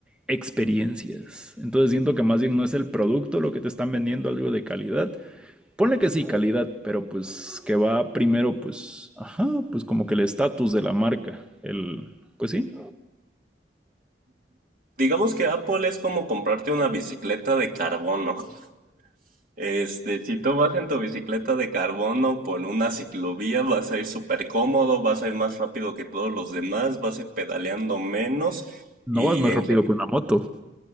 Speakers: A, in the centre; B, on the right.
A: experiencias. Entonces siento que más bien no es el producto lo que te están vendiendo algo de calidad. Ponle que sí, calidad, pero pues que va primero pues, ajá, pues como que el estatus de la marca, el pues sí,
B: Digamos que Apple es como comprarte una bicicleta de carbono. <laughs> Este, si tú vas en tu bicicleta de carbono por una ciclovía, vas a ir súper cómodo, vas a ir más rápido que todos los demás, vas a ir pedaleando menos.
A: no
B: Y
A: vas más
B: en,
A: rápido
B: gen-
A: que una moto.